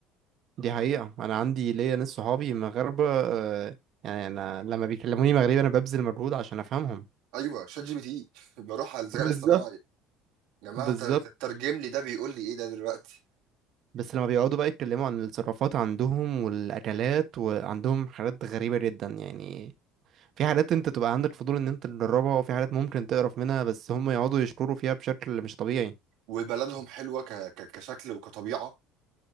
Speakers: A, on the right; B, on the right.
A: دي حقيقة انا عندي ليا ناس صحابي مغاربة آه، يعني انا لما بيكلموني مغربي انا ببذل مجهود عشان افهمهم
B: ايوه شات جي بي تي <laughs> بروح على الذكاء
A: بالظبط
B: الاصطناعي يا جماعه
A: بالظبط
B: ت- ت- ترجم لي ده بيقول لي ايه ده دلوقتي
A: بس لما بيقعدوا بقى يتكلموا عن التصرفات عندهم والاكلات وعندهم حاجات غريبة جدا يعني في حاجات انت تبقى عندك فضول ان انت تجربها وفي حاجات ممكن تقرف منها بس هم يقعدوا يشكروا فيها بشكل مش طبيعي
B: وبلدهم حلوه ك... ك... كشكل وكطبيعه